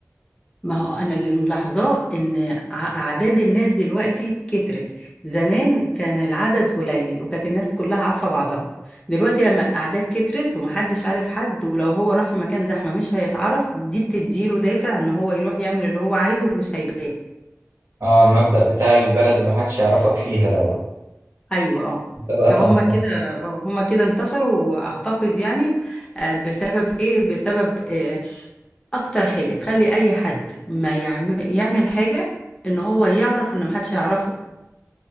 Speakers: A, on the left; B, on the right.
A: ما هو انا اللي ملاحظاه ان ع- اعداد الناس دلوقتي كترت زمان كان العدد قليل وكانت الناس كلها عارفة بعضها دلوقتي لما الاعداد كترت ومحدش عارف حد ولو هو راح في مكان زحمة مش هيتعرف دي بتديله دافع ان هو يروح يعمل اللي هو عايزه ومش هيبان
B: اه المبدأ بتاع البلد اللي محدش يعرفك فيها دوت
A: ايوه اه
B: أنت بقى
A: فهم
B: تنطلق
A: كده آه، هم كده انتشروا اعتقد يعني آه، بسبب ايه بسبب آه، اكتر حاجة تخلي اي حد ما يعمل يعمل حاجة ان هو يعرف ان محدش هيعرفه